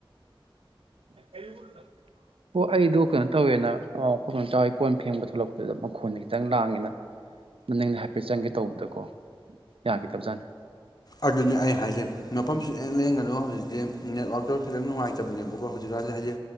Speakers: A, on the right (about 85°); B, on the left (about 45°).
A: ꯀꯔꯤ ꯊꯥꯛꯇ <inaudible> ꯑꯣ ꯑꯩꯗꯣ ꯀꯩꯅꯣ ꯇꯧꯋꯦꯅ <unintelligible> <unintelligible> ꯀꯣꯟ ꯐꯦꯡꯕ ꯊꯣꯛꯂꯛꯄꯗꯨꯗ ꯃꯈꯣꯟꯗꯤ ꯈꯤꯇꯪ ꯂꯥꯡꯉꯦ ꯑꯩꯅ ꯅꯪꯅ ꯍꯥꯏꯐꯦꯠ ꯆꯪꯒꯦ ꯇꯧꯕꯗꯀꯣ ꯌꯥꯒꯗꯕꯖꯥꯠꯅꯤ
B: ꯑꯗꯨꯅꯦ ꯑꯩ ꯍꯥꯏꯁꯦ ꯃꯐꯝꯁꯤꯗꯪ ꯂꯦꯡꯒꯅꯨ ꯍꯧꯖꯤꯛꯇꯤ ꯅꯦꯠꯋꯥꯛꯇꯧ ꯈꯤꯇꯪ ꯅꯨꯡꯉꯥꯏꯇꯕꯅꯦꯕꯀꯣ ꯍꯧꯖꯤꯛꯀꯥꯟꯁꯦ ꯍꯥꯏꯗꯤ